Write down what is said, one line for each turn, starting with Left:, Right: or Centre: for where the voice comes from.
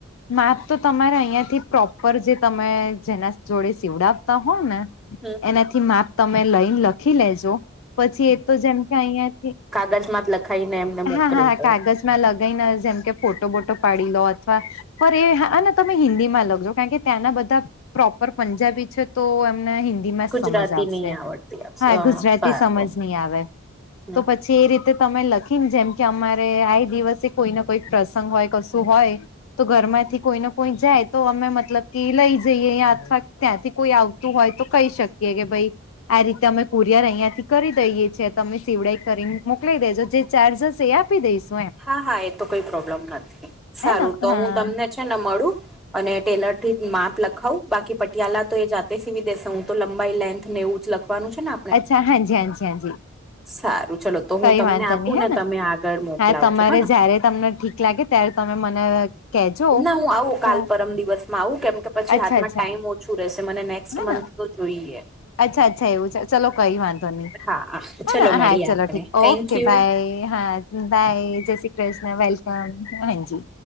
Left: માપ તો તમારે અહંથી પ્રોપર જે તમે જેના જોડે સીવડાવતા હોવ ને.
Centre: હમ હમ
Left: એનાથી માપ તમે લઈને લખી લેજો. પછી એ તો જેમ કે અહિયાંથી
Centre: કાગજમાં જ લખાઈને એમને મોકલી
Left: હા હાા
Centre: દઉં
Left: કાગજ. લગાઈને જેમ કે ફોટો બોટો પાડી લો અથવા પણ એ તમે હિન્દીમાં લખજો કારણ કે ત્યાંના બધા પ્રોપર પંજાબી છે, તો એમને હિન્. જ સમજ
Centre: ગુજરાતી
Left: આવશે
Centre: નહી આવડતી
Left: હા ગુજરાતી
Centre: સારું
Left: સમજ નહી આવે
Centre: હમ
Left: તો પછી એ રીતે તમે લખીને જેમ કે અમારે આ દિવસે કોઈ ના કોઈ પ્રસંગ હોય કશું હોય. તો ઘર માંથી કોઈ ને કોઈ જાય. તો અમે મતલબ કે લઈ જઈએ અં અથવા ત્યાંથી કોઈ આવતું હોય, તો કહી શકીએ કે ભાઈ. આ રીતે અમે કુરિયર અહિયાં થી કરી દઈએ છીએ, તમે શિવડાઈ કરીને મોકલી દેજો જે. ચાર્જસ એ આપી દઈશ.
Centre: હા હા એ તો કઈ પ્રોબ્લેમ નથી સારું
Left: હે ને
Centre: તો
Left: હા
Centre: હું તમને છેને, મળું. અને ટેલર થી માપ લખાવું બાકી પટિયાલા તો એ જાતે સિવી દેસે હું તો લંબાઈ લેન્થ ને એવું જ લખાવ. બનું છેને.
Left: અચ્છા હા જ હા જ હા જ.
Centre: સારું ચલો તો હું
Left: કઈ
Centre: તમને
Left: વાંધ
Centre: આપું
Left: નહી હે
Centre: ને તમે આગળ મોકલાવજો
Left: હા તમારે
Centre: હને
Left: જય્યારે તમને ઠીક. લાગે ત્યારે તમે મને. કેજો
Centre: ના હું આવું કાલ
Left: તો
Centre: પરમ દિવસમાં આવું કેમ કે પછી
Left: અચ્છા
Centre: હાથમાં
Left: અચ્છા
Centre: ટાઈમ ઓછુ, રહેશે મને નેક્સ્ટ
Left: હે
Centre: મંથ.
Left: ને
Centre: તો જોઈ હ.
Left: અચ્છા અચ્છા એવું છે ચલો કઈ વાંધો નહી
Centre: હા
Left: હા
Centre: ચલો મળીએ
Left: હા ચાલલો
Centre: આપણે
Left: ઠીક
Centre: Thank
Left: okay. okay
Centre: you
Left: bye હા બાય જય શ્રી કૃષ્ણ વેલકમ હાજી.